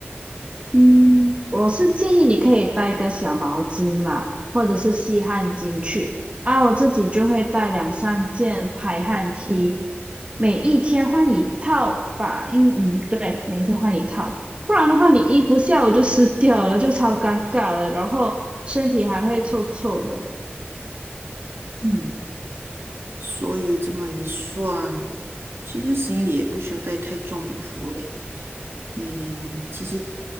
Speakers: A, on the right; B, on the right.
A: 嗯，我是建议你可以带个小毛巾啦，或者是吸汗巾去。啊，我自己就会带两三件排汗 T，每一天换一套吧。因嗯，对，每一天换一套，不然的话你衣服下午就湿掉了，就超尴尬了，然后身体还会臭臭的。
B: 嗯。所以这么一算，其实行李也不需要带太重衣服诶。嗯，其实